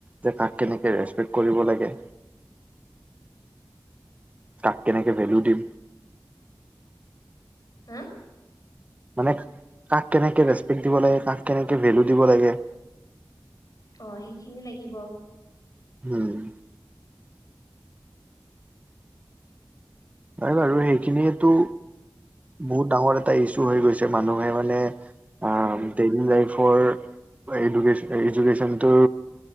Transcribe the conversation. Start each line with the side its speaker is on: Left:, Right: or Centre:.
Right: যে কাক কেনেকে ৰেচপেক্ট কৰিব লাগে কাক কেনেকে ভেলু দি-
Left: হুউ
Right: মানে কাক কেনেকে ৰেচপেক্ট দিব লাগে কাক কেনেকে ভেলু দিব লাগে
Left: অ সেইখিনি লাগিব
Right: উম নাই বাৰু সেইখিনিয়েটো বহুত ডাঙৰ এটা ই- ছু হৈ গৈছে মানুহে মানে আ
Left: উম
Right: ডেইলী লাইফৰ এডুকেছ এডুকেশ্যনটো